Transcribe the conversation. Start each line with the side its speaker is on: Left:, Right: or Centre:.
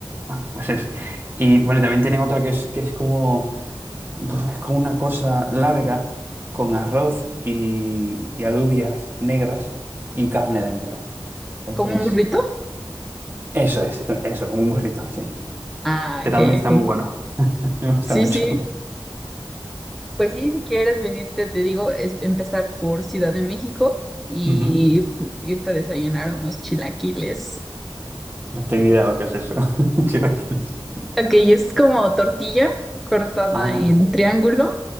Right: ah, pues eso. Y bueno, también tienen otra que es, que es como. Pues es como una cosa larga, con arroz y, y alubias negras y carne dentro. Entonces,
Centre: ¿Como un burrito?
Right: eso es, eso, como un burrito, sí.
Centre: Ah,
Right: Que
Centre: ok,
Right: también está
Centre: ok.
Right: muy bueno, <laughs> me gusta
Centre: Sí,
Right: mucho.
Centre: sí. Pues sí, si quieres venirte, te digo, es empezar por Ciudad de México y
Right: Ujú.
Centre: irte a desayunar unos chilaquiles.
Right: No tengo idea de lo que es eso. <laughs> Chilaquiles.
Centre: Ok, es como tortilla cortada
Right: Ah,
Centre: en
Right: vale.
Centre: triángulo,